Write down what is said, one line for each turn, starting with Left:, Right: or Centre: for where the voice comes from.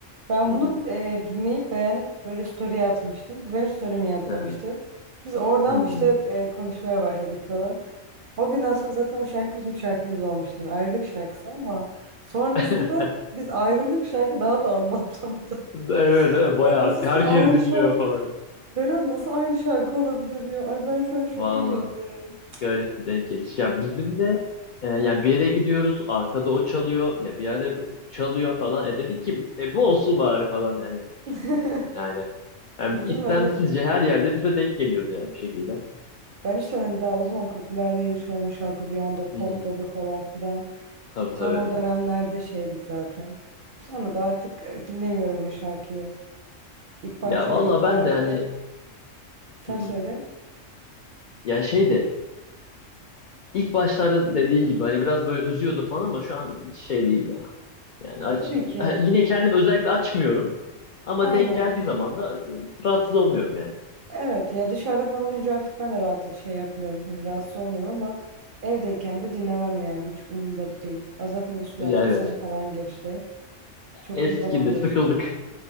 Right: Ben
Left: Hı
Right: bunu
Left: hı.
Right: eee, dinleyip beğenip böyle story'e atmıştım. Bu benim story'mi yanıtlamıştı.
Left: Hı hı.
Right: Biz oradan
Left: Hı.
Right: işte eee, konuşmaya başladık falan. O günden sonra zaten o şarkı bizim şarkımız olmuştu. Ayrılık şarkısı ama sonrasında
Left: <laughs>
Right: biz ayrılık şarkı daha da anlamlandı. <laughs>
Left: Evet, evet bayağı
Right: Ya nasıl
Left: herkes
Right: si- aynı
Left: dinliyor
Right: şarkı
Left: falan.
Right: Berat nasıl aynı şarkı olabilir ya? Ay ben şu an şoka
Left: Vallahi.
Right: girdim.
Left: Garip bir denk geliş. Ya bizim de e, yani bir yere gidiyoruz arkada o çalıyor ya bir yerde o çalıyor falan. E dedik ki e, bu olsun bari falan yani.
Right: <laughs>
Left: Yani, yani
Right: Bizim
Left: istemsizce
Right: hani
Left: her yerde bize denk geliyordu yani bir şekilde.
Right: ben işte hani daha o zaman popüler değildi. Sonra şarkı bir anda patladı
Left: Hı hı.
Right: falan filan.
Left: Tabii tabii.
Right: Tam o dönemlerde şeydik zaten. Sonra da artık e, dinlemiyorum o şarkıyı. İlk başlar
Left: Ya vallahi
Right: ilk
Left: ben
Right: ayrıldıklarım
Left: de hani
Right: sen
Left: hı hı.
Right: söyle.
Left: Ya şeydi ilk başlarda dediğin gibi hani biraz böyle üzüyordu falan ama şu an hiç şey değil ya. Yani aç,
Right: Tabii ki.
Left: <laughs> yine kendim özellikle açmıyorum ama
Right: Aynen.
Left: denk geldiği zaman da e, rahatsız olmuyorum yani.
Right: Evet ya dışarıda falan olunca artık ben de rahat şey yapmıyorum. Hani rahatsız olmuyorum ama evdeyken de dinlemem yani. Hiç umurumda da değil. Ya zaten üstünden
Left: Ya
Right: 3
Left: evet
Right: sene falan geçti. Çok
Left: eskidi
Right: uzun zaman geçti
Left: sıkıldık.
Right: yani.